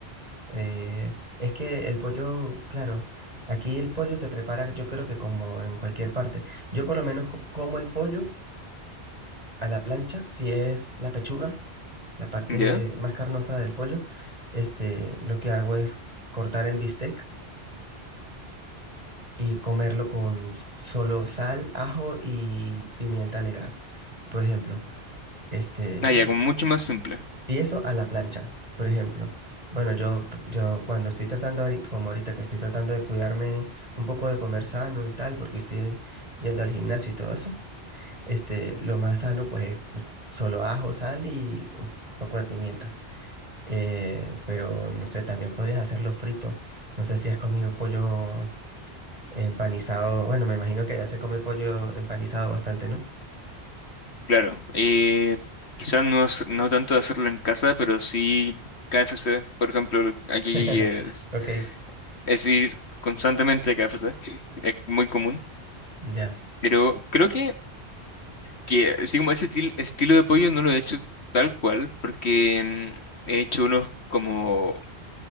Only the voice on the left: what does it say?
¿Ya?
Ah, ya, como mucho más simple,
claro. Eh, quizás no, s- no tanto hacerlo en casa, pero sí KFC, por ejemplo, aquí
es,
es ir constantemente a KFC, es muy común.
Pero creo que, que así como ese til- estilo de pollo no lo he hecho tal cual, porque mm, he hecho unos como,